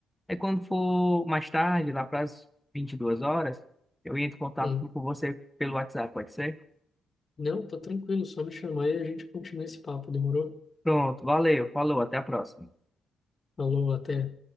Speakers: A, in the centre; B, on the left.
A: Aí quando for mais tarde, lá para as 22 horas, eu entro em contato
B: uhum.
A: com você pelo WhatsApp, pode ser?
B: Não, tá tranquilo, só me chamar e a gente continua esse papo, demorou?
A: Pronto, valeu, falou, até a próxima.
B: Falou, até.